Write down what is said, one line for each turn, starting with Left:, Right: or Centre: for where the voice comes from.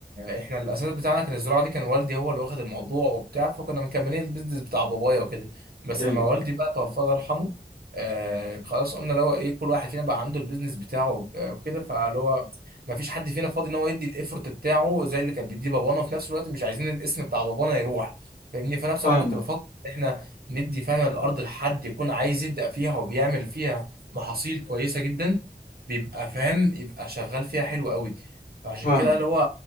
Right: احنا الاساس بتاعنا كان الزراعه دي كان والدي هو اللي واخد الموضوع وبتاع فكنا مكملين البيزنس بتاع بابايا وكده بس
Left: ايوه
Right: لما والدي بقى توفى الله يرحمه آه خلاص قلنا اللي هو ايه كل واحد فينا بقى عنده البيزنس بتاعه آه، وكده فاللي هو ما فيش حد فينا فاضي ان هو يدي الايفورت بتاعه زي اللي كان بيديه بابانا وفي نفس الوقت مش عايزين الاسم بتاع بابانا يروح فاهمني فانا بصراحه
Left: فاهم
Right: كنت بفكر ان احنا ندي فعلا الارض لحد يكون عايز يبدا فيها وبيعمل فيها محاصيل كويسه جدا بيبقى فاهم يبقى شغال فيها حلو قوي فعشان
Left: فاهم
Right: كده اللي هو